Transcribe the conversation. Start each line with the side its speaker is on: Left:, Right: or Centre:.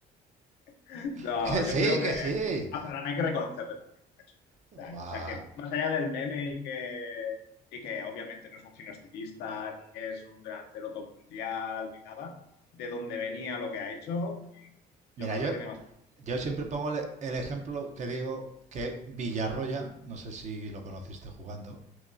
Left: <laughs> no,
Right: <laughs> que sí,
Left: yo creo
Right: que
Left: que
Right: sí.
Left: a Ferran hay que reconocerle también. lo que ha hecho esto este
Right: Buah,
Left: años O sea, que más allá del meme y que, y que obviamente no es un fino estilista, ni es un delantero top mundial, ni nada, de dónde venía lo que ha hecho, mm,
Right: Mira,
Left: yo creo
Right: yo,
Left: que tiene bastante.
Right: yo siempre pongo el, el ejemplo que digo que Villarroya, no sé si lo conociste jugando,